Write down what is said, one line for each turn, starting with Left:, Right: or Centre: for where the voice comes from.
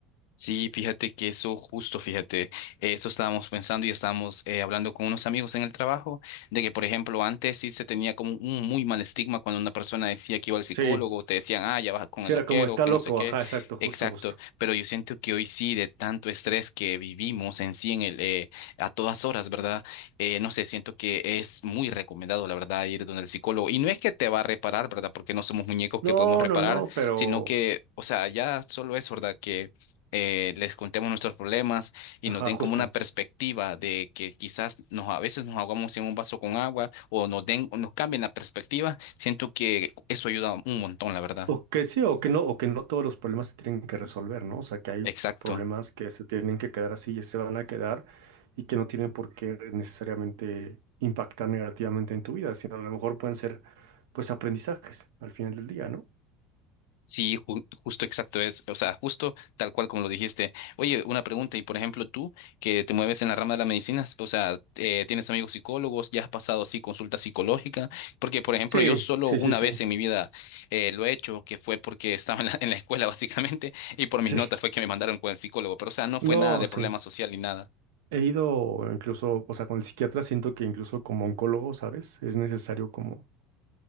Left: Sí, fíjate que eso justo, fíjate, eso estábamos pensando y estábamos eh, hablando con unos amigos en el trabajo, de que, por ejemplo, antes sí se tenía como un muy mal estigma cuando una persona decía que iba al psicólogo,
Right: Sí,
Left: te decían, ah, ya vas con
Right: sí
Left: el
Right: era
Left: loquero,
Right: como está
Left: que
Right: loco,
Left: no sé qué,
Right: ajá, exacto, justo,
Left: exacto,
Right: justo.
Left: pero yo siento que hoy sí, de tanto estrés que vivimos en sí, en el, eh, a todas horas, ¿verdad? Eh, no sé, siento que es muy recomendado, la verdad, ir donde el psicólogo, y no es que te va a reparar, ¿verdad? Porque no somos muñecos que
Right: No,
Left: podemos reparar,
Right: no, no, pero,
Left: sino que, o sea, ya solo es, ¿verdad? Que eh, les contemos nuestros problemas y
Right: ajá,
Left: nos den
Right: justo.
Left: como una perspectiva de que quizás nos, a veces nos ahogamos en un vaso con agua o nos den, o nos cambien la perspectiva, siento que eso ayuda un montón, la verdad.
Right: O que sí, o que no, o que no todos los problemas se tienen que resolver, ¿no? O sea, que hay
Left: Exacto.
Right: problemas que se tienen que quedar así y se van a quedar y que no tienen por qué necesariamente impactar negativamente en tu vida, sino a lo mejor pueden ser, pues, aprendizajes al final del día, ¿no?
Left: Sí, ju- justo exacto es, o sea, justo tal cual como lo dijiste. Oye, una pregunta, y por ejemplo, tú que te mueves en la rama de la medicina, o sea, eh, tienes amigos psicólogos, ya has pasado así consulta psicológica, porque por ejemplo,
Right: Sí,
Left: yo solo
Right: sí,
Left: una
Right: sí, sí.
Left: vez en mi vida eh, lo he hecho, que fue porque estaba en la, en la escuela <laughs> básicamente, y por
Right: Sí.
Left: mis notas fue que me mandaron con el psicólogo, pero o sea, no
Right: No,
Left: fue nada de
Right: sí.
Left: problema social ni nada.
Right: He ido incluso, o sea, con el psiquiatra siento que incluso como oncólogo, ¿sabes? Es necesario como,